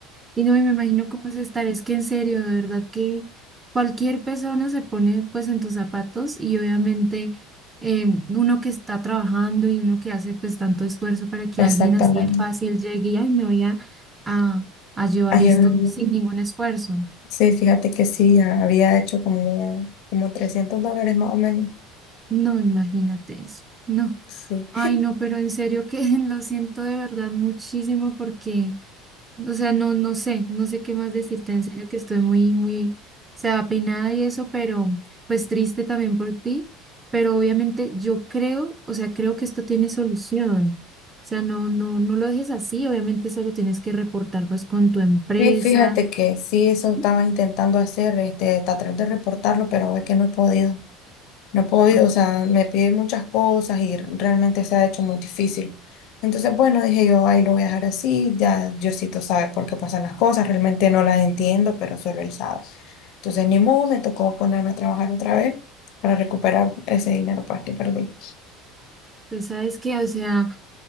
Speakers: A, on the right; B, on the left.
A: Y no, y me imagino cómo es estar, es que en serio, de verdad que cualquier persona se pone pues en tus zapatos y obviamente eh, uno que está trabajando y uno que hace pues tanto esfuerzo para que alguien
B: Exactamente.
A: así de fácil llegue y ay, me voy a, a, a llevar
B: Ayer,
A: esto
B: Mm.
A: sin ningún esfuerzo.
B: sí, fíjate que sí, ya había hecho como, como 300 dólares más o menos.
A: No, imagínate eso. No,
B: Sí.
A: ay, no, pero en serio que <laughs> lo siento de verdad muchísimo porque O sea, no, no sé, no sé qué más decirte, en serio que estoy muy, muy, o sea, apenada y eso, pero pues triste también por ti, pero obviamente yo creo, o sea, creo que esto tiene solución. O sea, no, no, no lo dejes así, obviamente solo tienes que reportar pues con tu empresa.
B: Sí, fíjate que sí, eso estaba
A: Ujú.
B: intentando hacer, este, tratar de reportarlo, pero es que no he podido. No he podido,
A: Ah,
B: o sea, me piden muchas cosas y realmente se ha hecho muy difícil. Entonces, bueno, dije yo, ahí lo voy a dejar así, ya Diosito sabe por qué pasan las cosas, realmente no las entiendo, pero solo él sabe. Entonces, ni modo, me tocó ponerme a trabajar otra vez para recuperar ese dinero pues, que perdí.
A: Pues sabes que, o sea,